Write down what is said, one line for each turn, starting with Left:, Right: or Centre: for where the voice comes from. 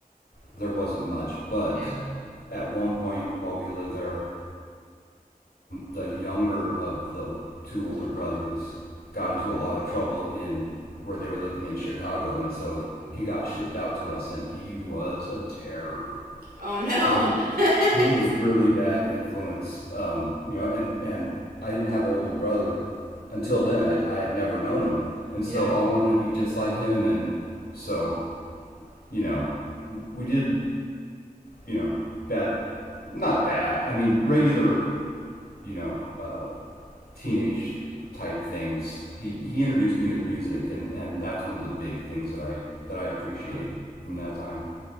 Left: there wasn't much. But
Right: Yeah.
Left: at one point while we lived there, the younger of the two older brothers
Right: Oh.
Left: got into a lot of trouble in where they were living in Chicago, and so
Right: Oh,
Left: he got shipped out to us, and he was a terror.
Right: Oh no.
Left: He was
Right: <laughs>
Left: he was a really bad influence, um, you know. And and I didn't have an older brother until then. I, I had never known him, and so
Right: yeah.
Left: I wanted to be just like him, and so you know, we did you know bad, not bad. I mean regular you know uh, teenage type things. He he introduced me to music, and and that's one of the big things that I that I appreciate
Right: Wow.
Left: from that time. <laughs>